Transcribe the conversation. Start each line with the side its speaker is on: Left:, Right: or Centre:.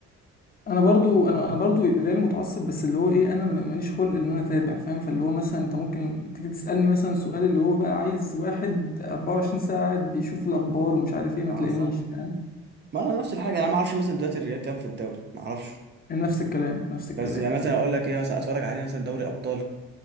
Left: <laughs> أنا برضو أنا أنا برضو الريال متعصب بس اللي هو إيه أنا ما- ماليش خلق إن أنا أتابع فاهم فاللي هو مثلا أنت ممكن تيجي تسألني مثلا سؤال اللي هو بقى عايز واحد 24 ساعة قاعد بيشوف الأخبار ومش عارف إيه ما
Right: اه
Left: تلاقينيش
Right: صح
Left: فاهم؟
Right: ما انا نفس الحاجه انا ما اعرفش مثلا دلوقتي الريال كام في الدوري ما اعرفش
Left: نفس الكلام نفس الكلام
Right: بس يعني مثلا اقول لك ايه مثلا اتفرج عليه مثلا دوري ابطال